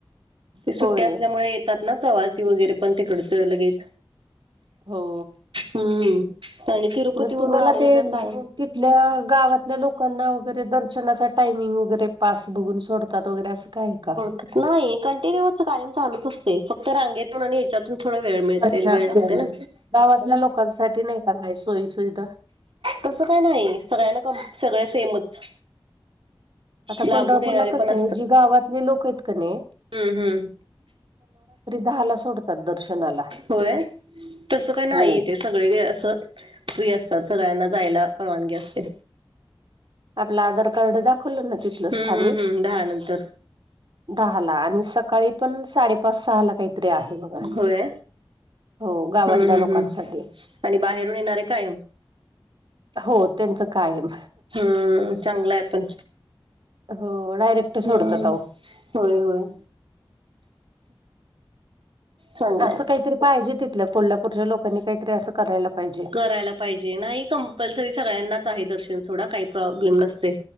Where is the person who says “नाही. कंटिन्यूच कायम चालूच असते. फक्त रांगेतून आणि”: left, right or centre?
Right